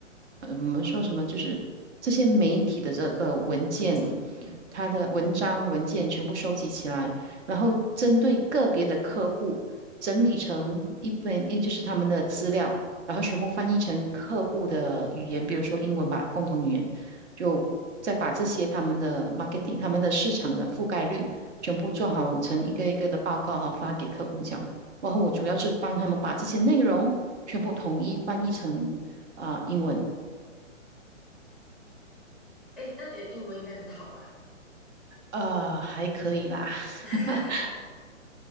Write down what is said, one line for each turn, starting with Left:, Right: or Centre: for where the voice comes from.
Right: 呃我们说什么就是这些媒体的这个文件，
Centre: 文章，嗯，
Right: 它的文章文件全部收集起来，然后针对个别的客户整理成一本，也就是他们的资料，然后全部翻译成客户的语言，比如说英文吧，共同语言，就再把这些他们的 marketing、他们的市场的覆盖率全部做好成一个一个的报告，然后发给客户这样。然后我主要是帮他们把这些内容全部统一翻译成啊、英文，
Centre: 诶，那你的英文应该很好吧？
Right: 啊、还可以啦。
Centre: <laughs>
Right: <laughs>